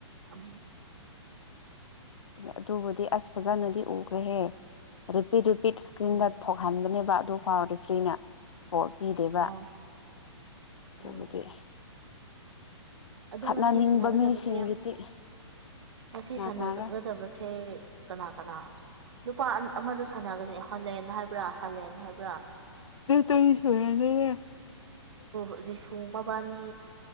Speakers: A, on the right (about 65°); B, on the left (about 80°).
A: ꯀꯝ
B: ꯑꯗꯨꯕꯨꯗꯤ ꯑꯁ ꯐꯖꯅꯗꯤ ꯎꯈ꯭ꯔꯦꯍꯦ ꯔꯤꯄꯤꯠ ꯔꯤꯄꯤꯠ ꯏꯁꯀ꯭ꯔꯤꯟꯗ
A: ꯎꯝ
B: ꯊꯣꯛꯍꯟꯕꯅꯦꯕ ꯑꯗꯨ ꯐꯥꯎ ꯔꯦꯐ꯭ꯔꯤꯅ ꯑꯣ ꯄꯤꯗꯦꯕ
A: ꯑꯥ
B: ꯑꯗꯨꯕꯨꯗꯤ
A: ꯎꯝ ꯑꯗꯣ
B: ꯈꯠꯅꯅꯤꯡꯕ
A: ꯉꯁꯤ ꯁꯥꯟꯅꯒꯗꯕꯁꯦ
B: ꯃꯤꯁꯤꯡꯒꯤꯗꯤ
A: ꯉꯁꯤ
B: ꯂꯥꯛꯅꯔ
A: ꯁꯥꯟꯅꯒꯗꯕꯁꯦ ꯀꯅꯥ ꯀꯅꯥ ꯅꯨꯄꯥ ꯑꯃꯗ ꯁꯥꯟꯅꯒꯅꯤ ꯍꯣꯂꯦꯟ ꯍꯥꯏꯕ꯭ꯔꯥ ꯍꯥꯂꯦꯟ ꯍꯥꯏꯕ꯭ꯔꯥ
B: ꯇꯔꯤꯁꯨꯅꯦ
A: ꯨꯖꯤꯁꯨ ꯃꯕꯥꯅꯤ